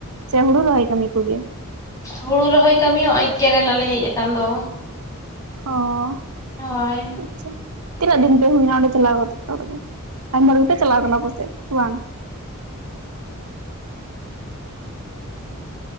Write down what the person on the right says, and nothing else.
ᱥᱮ ᱦᱩᱲᱩ ᱨᱚᱦᱚᱭ ᱠᱟᱹᱢᱤ ᱠᱚᱜᱮ?
ᱦᱚᱸ
ᱟᱪᱷᱟ ᱛᱤᱱᱟᱹᱜ ᱫᱤᱱ ᱯᱮ ᱦᱩᱭᱮᱱᱟ ᱚᱸᱰᱮ ᱪᱟᱞᱟᱣ ᱠᱟᱛᱮ ᱛᱚᱵᱮ ᱟᱭᱢᱟ ᱦᱚᱲ ᱯᱮ ᱪᱟᱞᱟᱣ ᱠᱟᱱᱟ ᱯᱟᱥᱮᱡ ᱵᱟᱝ?